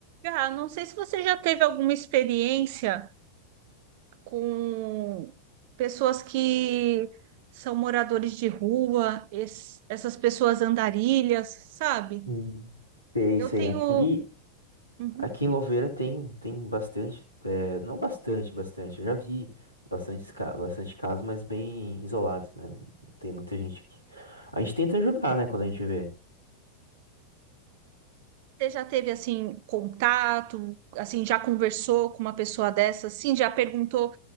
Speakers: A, on the right (about 50°); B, on the left (about 80°).
A: Ah, não sei se você já teve alguma experiência com pessoas que são moradores de rua, es- essas pessoas andarilhas, sabe?
B: Hum. Sei,
A: Eu
B: sei.
A: tenho.
B: Aqui,
A: Uhum.
B: aqui em Louveira tem, tem bastante, é, não bastante, bastante. Eu já vi bastante, bastante casos, mas bem isolados, né? Não tem muita gente aqui. A gente tenta ajudar, né, quando a gente vê.
A: Você já teve assim contato, assim já conversou com uma pessoa dessa, assim já perguntou,